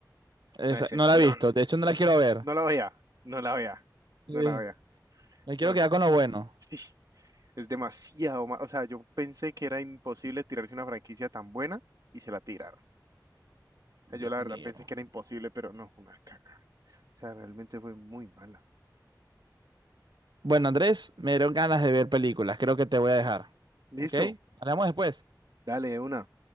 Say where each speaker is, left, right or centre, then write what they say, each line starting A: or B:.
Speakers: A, on the right (about 80°); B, on the right (about 55°).
A: Esa-
B: una excepción.
A: no la he visto, de hecho no la quiero ver.
B: No la veía, no la veía,
A: Sí.
B: no la veía.
A: Me quiero
B: No,
A: quedar con lo bueno.
B: sí, es demasiado ma- O sea, yo pensé que era imposible tirarse una franquicia tan buena y se la tiraron. O
A: Dios
B: sea, yo la verdad
A: mío.
B: pensé que era imposible, pero no, una caca. O sea, realmente fue muy mala.
A: Bueno, Andrés, me dieron ganas de ver películas. Creo que te voy a dejar.
B: Listo,
A: ¿Ok? Hablamos después.
B: dale de una.